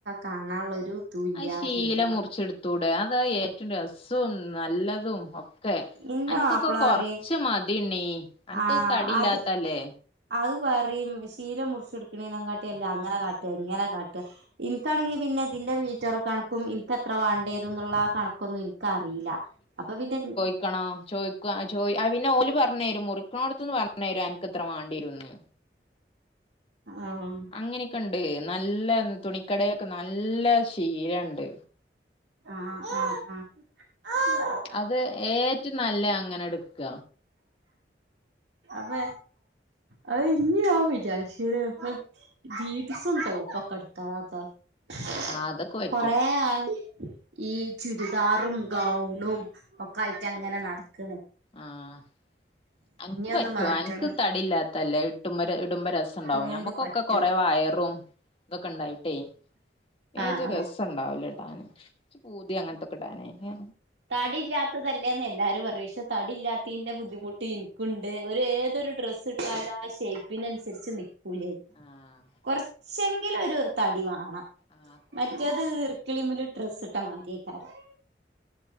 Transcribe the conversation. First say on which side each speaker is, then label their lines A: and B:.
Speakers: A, on the right; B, on the left.
A: കാണാൻള്ള ഒരു ഇതും ഇല്ല
B: അത് ശീല
A: ആ ചുരിദാറ്
B: മുറിച്ച്ട്ത്തൂടെ അതാ ഏറ്റവും രസവും നല്ലതും ഒ ക്കെ
A: ഇന്റെ
B: അൻക്കൊക്കെ
A: മാപ്പള
B: കൊർച്ച്
A: പറിം
B: മതിണ്ണീ അനക്ക്
A: ആഹ്
B: തടിയില്ലാത്തല്ലേ
A: അത് അത് പറിം ശീല മുറിച്ച്ട്ക്ക്ണീ നെകാട്ടിയല്ലേ അങ്ങനെ കാട്ട ഇങ്ങനെ കാട്ട ഇൻക്കാണെങ്കി പിന്നെ ഇതിന്റെ വീറ്റരും കണക്കും ഇൻക്കത്ര വാണ്ടി വരും എന്നുള്ള ആ കണ ക്കൊന്നും ഇൻക്കറില്ല അപ്പൊ പിന്നെ
B: ക്കണോ ചോദിക്ക ചോ അത് പിന്നെഓല് പർഞ്ഞരും മുറിക്ക്ണോട്ത്ത്ന്ന് പർഞ്ഞരും അൻക്ക്ത്ര വാണ്ടിയരുന്ന്
A: ആഹ്
B: അങ്ങനെയൊക്കെണ്ട് നല്ല തുണിക്കടൊക്കെ നല്ല ശീലണ്ട്
A: ആഹ് ആഹ് ആഹ്
B: അത് ഏറ്റം നല്ല അങ്ങനെ എടുക്ക
A: അപ്പ അത് ഇഞ്ഞി ഞാൻ വിചാര്ച്ച്ക്ണ് മ ജീൻ <unintelligible> സും ടോപ്പൊക്കെട്ത്തള <unintelligible>
B: അതൊക്കെ പറ്റും
A: കൊറേ ആയി ഈ ചുരിദാറും ഗൗണും ഒക്കെ ആയിട്ട് അങ്ങനെ നടക്ക്ണ്
B: ആഹ് അൻക്ക് പറ്റോ
A: ഒന്ന് മാറ്റണം
B: അൻക്ക് തടില്ലാ ത്തല്ലേ ഇട്ടുമ്മര് ഇടുമ്പ രസണ്ടാവും
A: തോണ്ട്
B: ഞമ്മക്കൊക്കെ
A: പറ്റും
B: കൊറേ വയറും ഇതൊക്കെ ഇണ്ടായിട്ടേ
A: ആഹ്
B: ഏതും
A: ആഹ്
B: രസണ്ടാവ്ലടാന് ച്ച് പൂതിയ അങ്ങൻത്തൊക്കെടാന് അയ്ന്
A: തടില്ലാത്തതല്ലേന്ന് എല്ലാരും പറയും പക്ഷെ തടില്ലാത്തീൻ്റെ ബുദ്ധിമു ട്ട് ഇൻക്കുണ്ട് ഒരു ഏതൊരു ഡ്രസ്സ് ഇട്ടാലും ആ ഷേപ്പിനൻസരിച്ച് ന്ക്കൂലേ
B: ആഹ്
A: കൊർച്ചെങ്കിലും ഒരു തടി വാണം
B: ആഹ് കൊ
A: മറ്റേത് ഇർക്കിളിമില് ഡ്രെസ് ഇ ട്ട മാരിയേകാരം